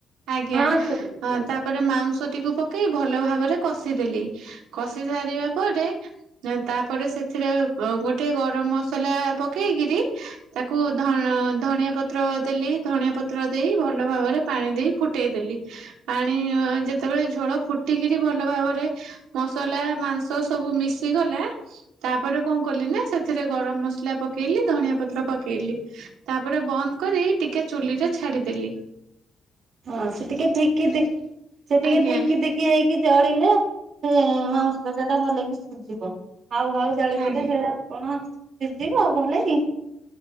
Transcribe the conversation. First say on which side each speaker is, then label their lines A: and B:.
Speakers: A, on the right; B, on the right.
A: ଆଜ୍ଞା
B: ହଁ ଶୁଭୁଛି କୁହନ୍ତୁ।
A: ତାପରେ ମାଉ- ତିକି ପକେଇ ଭଲ ଭାବରେ କଷିଦେଲି କଷି ସାର ପରେ ତା- ସେଥିରେ ଗୋଟ ଗରମ ମସଲା ପକେଇକିରି ତାକୁ ଧଣ ଧଣିଆ ପତ୍ର- ଦେଲି ଧନିଆ ପତ୍ର ଦେଇ- ଭଲ ଭାବରେ ପାଣି ଦେଇ ଫୁଟେଇ ଦେଲି। ପାଣି ଯେତେବେଳେ ଝୋଳ ଫୁଟିକିରି ଭଲ ଭାବରେ- ମସଲା ମାଂସ ସବୁ ମିଶି ଗଲା ତାପରେ କଣ କଲି ନା ସେଥିରେ ଗରମ ମସଲା- ପକେଇଲି ଧନିଆ ପତ୍ର ପକେଇଲି। ତାପରେ ବନ୍ଦ କରି ଟିକେ ଚୁଲିରେ ଛାଡିଦେଲି।
B: ହଁ ସେ ଟିକେ ଠିକ କି- ସେ ଟିକେ
A: ଆଜ୍ଞା
B: ଧିକି ଧିକି ହେଇକି ଜଳିଲେ ସେ ମାଉଁ - ଟା ଭଲକି ସିଝିବ ହାଉ ହାଉ ଜାଳିଥିଲେ
A: ଆଜ୍ଞା
B: ସେଟା କଣ- ଶିଝିବ ଭଲ କି।